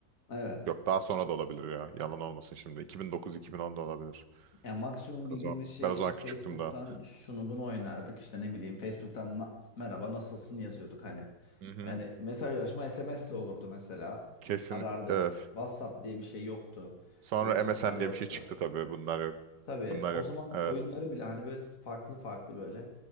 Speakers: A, on the left; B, on the right.
A: Evet.
B: Yok daha sonra da olabilir ya. Yalan olmasın şimdi. 2009-2010 da olabilir.
A: Ya maksimum bildiğimiz
B: Ben o zaman,
A: şey
B: ben
A: işte
B: o zaman
A: Facebook'tan
B: küçüktüm daha.
A: şunu bunu oynardık. İşte ne bileyim Facebook'tan "Na- merhaba nasılsın yazıyorduk hani.
B: Hı hı.
A: Yani mesajlaşma SMS'le olurdu mesela.
B: Kesin
A: Arardık.
B: evet.
A: WhatsApp diye bir şey yoktu.
B: Sonra
A: Uygulamalar
B: MSN
A: yoktu.
B: diye bir şey çıktı tabii. Bunlar yok.
A: Tabii
B: Bunlar
A: o
B: yok.
A: zaman
B: Evet.
A: oyunları bile hani böyle farklı farklı böyle